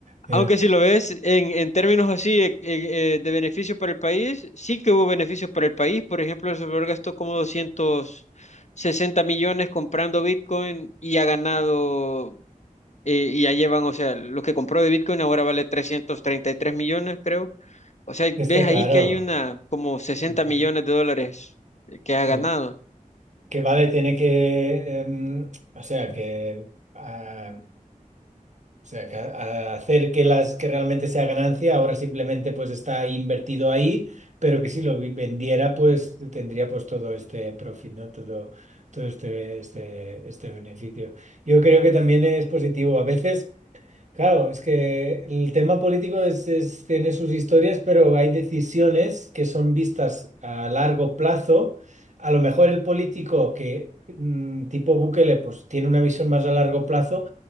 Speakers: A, on the right; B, on the left.
A: Ya.
B: Aunque si lo ves en, en términos así eh, eh, eh, de beneficio para el país, sí que hubo beneficios para el país. Por ejemplo, El Salvador gastó como doscientos sesenta millones comprando Bitcoin y ha ganado eh, y ya llevan, o sea, lo que compró de Bitcoin ahora vale 333 millones, creo. O sea,
A: Está
B: ves ahí
A: claro.
B: que hay una, como sesenta
A: Ujú,
B: millones de dólares que ha
A: Sí.
B: ganado.
A: que vale, tiene que, em, o sea, que, ah, o sea, que a- a hacer que las que realmente sea ganancia, ahora simplemente pues está invertido ahí, pero que si lo vi- vendiera pues tendría pues todo este profit, ¿no? Todo, todo este, este, este beneficio. Yo creo que también es positivo. A veces... Claro, es que el tema político es- es- tiene sus historias, pero hay decisiones que son vistas a largo plazo. A lo mejor el político que, mm, tipo Bukele, pues tiene una visión más a largo plazo